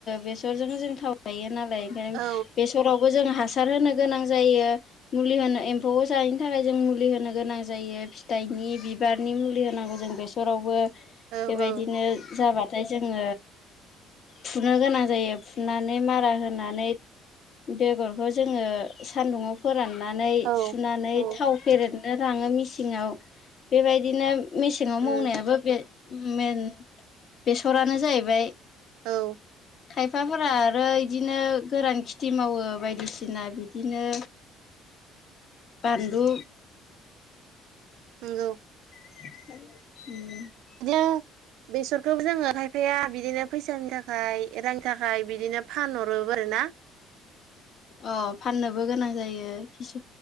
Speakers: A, on the left (about 40°); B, on the right (about 75°).
A: बेफोरजों जों थाव जायो नालाय बेखायनो
B: औ
A: बेयावबो जों हासार हासार होनो गोनां जायो मुलि होनो एम्फौखौ जायैनि थाखाय जों मुलि होनो गोनां जायो फिथाइनि बिबारनि मुलि होनांगौ जों बेस बेसरावबो
B: औ
A: बेबायदिनो
B: औ
A: जाबाथाय जोङो फुनो गोनां जायो फुनानै मारा होनानै बेगरखौ जोङो सान्दुङाव फोराननानै
B: औ
A: सुनानै
B: औ
A: थाव फेरदनो लाङो मेसिङाव बेबायदिनो मेसेङाव
B: उम
A: मावनायाबो बे मेन बेसरानो जाहैबाय
B: औ
A: खायफाफोरा आरो इदिनो गोरान खेथि मावो बायदिसिना बिदिनो
B: <inaudible>
A: बानलु
B: नोंगौ
A: <inaudible>
B: बिदिनो बेसरखौबो जोङो खायफाया बिदिनो फैसानि थाखाय ओमफाय रांनि थाखाय बिदिनो फानहरोबो आरो ना
A: अ फाननोबो गोनां जायो खिसु